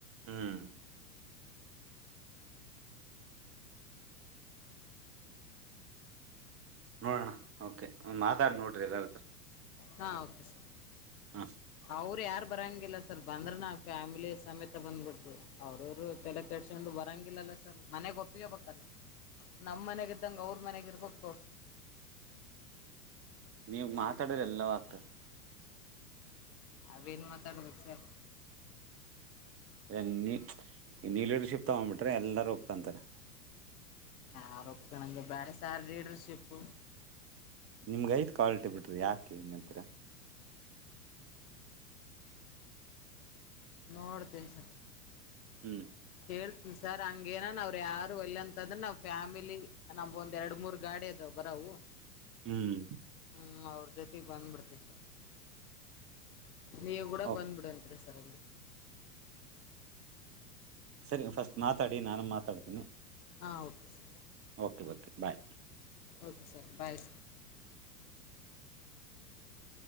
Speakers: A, on the right; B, on the left.
A: ಹ್ಮ್ ನೋಡೋಣ ಓಕೆ ಮಾತಾಡ ನೋಡ್ರಿ ಎಲ್ಲರತ್ರ
B: ಹಾಂ ಓಕೆ ಸರ್
A: ಹ್ಮ ಸ್
B: ಅವ್ರ ಯಾರ ಬರಂಗಿಲ್ಲ ಸರ್ ಬಂದ್ರ ನಾ ಫ್ಯಾಮಿಲಿ ಸಮೇತ ಬಂದ ಬಿಡತ್ತಿವ. ಅವ್ರರು ತಲೆ ಕೆಡಸಗೊಂಡು ಬರಂಗಿಲ್ಲಲ್ಲ ಸ್ ಮನೆಗ ಒಪ್ಪಿಗೆ ಬೇಕಲ್ಲ ನಮ್ಮ ಮನೆಗ ಇದ್ದಂಗ ಅವ್ರ ಮನೆಗೆ ಇರ್ಬೇಕು
A: ನೀವ ಮಾತಾಡಿದ್ರ ಎಲ್ಲವೂ ಆಗ್ತದ್
B: ನಾವೇನ್ ಮಾತಾಡ್ಬೇಕ ಸರ್.
A: ಇ ನೀ ನೀ ಲೀಡರ್ಶಿಪ್ ತಗೊಂಬಿಟ್ರೆ ಎಲ್ಲರೂ ಒಪ್ಕೊಂತಾರೆ.
B: ಯಾರು ಓಪಕನ್ನಂಗ ಬ್ಯಾಡ ಸಾರ್ ಲೀಡರ್ಶಿಪ್.
A: ನಿಮ್ಗ್ ಐತಿ ಕ್ವಾಲಿಟಿ ಬಿಡ್ರಿ ಯಾಕ ಹಿಂಗತೀರ.
B: ನೋಡ್ತೇನ್ ಸ
A: ಹ್ಮ.
B: ಕೇಳ್ತನ ಸರ್ ಹಂಗೇನನ್ ಅವರ ಯಾರ ವಲ್ಲಂತಂದ್ರ ನಾವು ಫ್ಯಾಮಿಲಿ ನಮ್ ಒಂದ ಎರಡ್ ಮೂರ್ ಗಾಡಿ ಅದಾವ ಬರವು
A: ಹ್ಮ್.
B: ಹ್ಮ ಅವ್ರ ಜೊತಿಗ ಬಂದ್ಬಿಡ್ತನ ಸ್ ನೀವ ಕೂಡ
A: ಓಕೆ
B: ಬಂದ್ಬಿಡುವಂತ್ರೆ ಸರ್ ಅಲ್ಲಿ.
A: ಸರಿ ಮಾ ಫಸ್ಟ್ ಮಾತಾಡಿ ನಾನು ಮಾತಾಡ್ತೀನಿ.
B: ಹಾ okay sir.
A: Okay okay bye.
B: Okay sir ಬಾಯ್